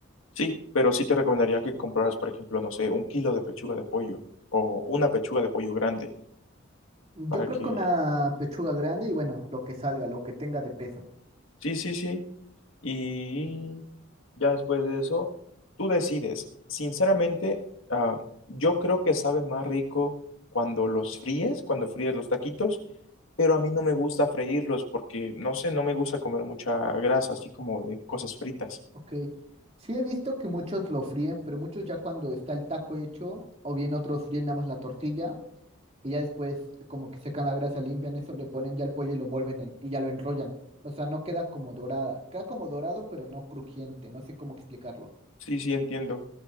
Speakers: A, on the left; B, on the right.
A: Sí, pero sí te recomendaría que compraras, por ejemplo, no sé, un kilo de pechuga de pollo o una pechuga de pollo grande
B: Yo
A: para
B: creo
A: que...
B: que una pechuga grande y bueno, lo que salga, lo que tenga de peso.
A: Sí, sí, sí. Y ya después de eso, tú decides. Sinceramente, ah, yo creo que sabe más rico cuando los fríes, cuando fríes los taquitos, pero a mí no me gusta freírlos porque, no sé, no me gusta comer mucha grasa, así como de cosas fritas.
B: Ok, sí he visto que muchos lo fríen, pero muchos ya cuando está el taco hecho, o bien otros fríen nada más la tortilla. y ya después como que secan la grasa, limpian eso, le ponen ya el pollo y lo vuelven en- y ya lo enrollan. O sea, no queda como dorada, queda como dorado, pero no crujiente, no sé cómo explicarlo.
A: Sí, sí, entiendo.